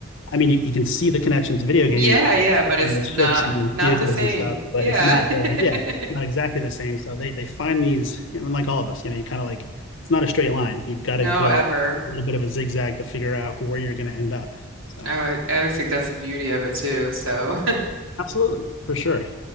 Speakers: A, on the left; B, on the right.
A: I mean, you, you can see the connection to video games
B: Yeah,
A: and
B: yeah, but it's
A: kind of
B: not
A: ships and
B: not
A: vehicles
B: the same.
A: and stuff, but
B: Yeah.
A: it's not the yeah,
B: <laughs>
A: not exactly the same. So they they find these, and like all of us, you know, you kind of like it's not a straight line. You've got
B: No,
A: to go
B: ever.
A: a little bit of a zigzag to figure out where you're going to end up. So
B: I would I always think that's the beauty of it too. So,
A: absolutely, for sure.